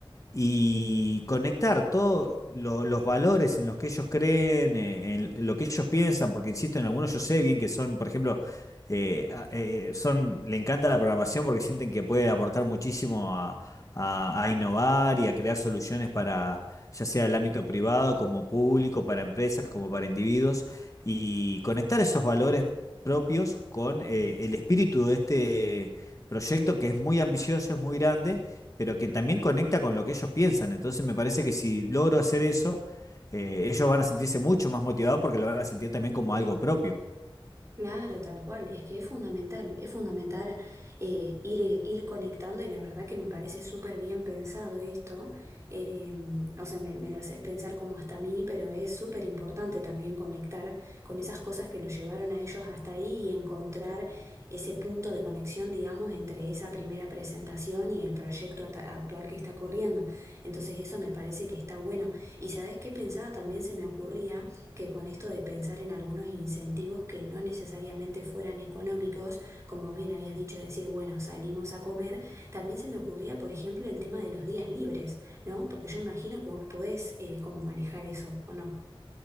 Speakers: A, on the left; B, on the right.
A: y conectar todos los valores en los que ellos creen, eh, en lo que ellos piensan, porque insisto, en algunos yo sé bien que son, por ejemplo, eh, a- eh, son, le encanta la programación porque sienten que puede aportar muchísimo a, a- a innovar y a crear soluciones para, ya sea el ámbito privado, como público, para empresas, como para individuos, y conectar esos valores propios con eh, el espíritu de este proyecto que es muy ambicioso, es muy grande pero que también conecta con lo que ellos piensan. Entonces me parece que si logro hacer eso, eh, ellos van a sentirse mucho más motivados porque lo van a sentir también como algo propio.
B: Claro, tal cual, es que es fundamental, es fundamental eh, ir, ir conectando y la verdad que me parece súper bien pensado esto, eh, o sea, me, me lo haces pensar como hasta a mí, pero es súper importante también conectar con esas cosas que lo llevaron a ellos hasta ahí y encontrar ese punto de conexión, digamos, entre esa primera presentación y el proyecto ata- actual que está corriendo. Entonces eso me parece que está bueno. Y ¿sabés qué pensaba? También se me ocurría que con esto de pensar en algunos incentivos que no necesariamente fueran económicos, como vos bien habías dicho, decir, bueno, salimos a comer, también se me ocurría, por ejemplo, el tema de los días libres, ¿no? Porque yo imagino que vos podés eh, como manejar eso, ¿o no?